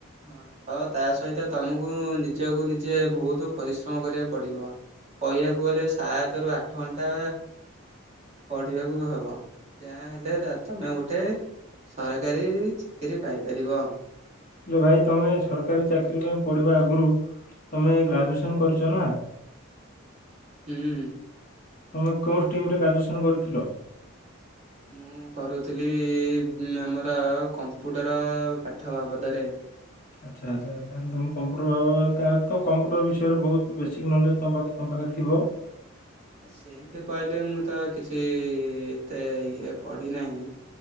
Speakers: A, on the right (about 30°); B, on the left (about 40°).
A: ହଁ। ତ ତା ସହିତ ତମକୁ ନିଜକୁ ନିଜେ ବହୁତ ପରିଶ୍ରମ କରିବାକୁ ପଡିବ। କହିବାକୁ ଗଲେ ସାତରୁ ଆଠ ଘଣ୍ଟା ପଢିବାକୁ ହବ। ଯାହା ହେଲେ ତମେ ଗୋଟେ ସରକାରୀ ଚାକିରୀ ପାଇପାରିବ।
B: ଯେ ଭାଇ ତମେ ସରକାରୀ ଚାକିରୀ ପାଇଁ ପଢିବା ଆଗରୁ ତମେ ଗ୍ରାଜୁଏସନ କରିଛ ନା
A: ହୁଁ
B: ତମେ କେଉଁ ଷ୍ଟିମ୍ ରେ ଗ୍ରାଜୁଏସନ କରିଥିଲ
A: ମୁଁ କରୁଥିଲି ଆମର କମ୍ପ୍ୟୁଟର ପାଠ ବାବଦରେ
B: ଆଚ୍ଛା ଆଚ୍ଛା ତାଲେ ତମେ କମ୍ପୁଟର ବାବ ତାହେଲେ ତ କମ୍ପୁଟର ବିଷୟରେ ବହୁତ ବେସିକ୍ ନଲେଜ ତମ ପା ତମ ପା - ଖରେ ଥିବ
A: ସେମିତି କହିଲେ ମୁଁ ତ କିଛି ଏତେ ଇଏ ପଢିନାହିଁ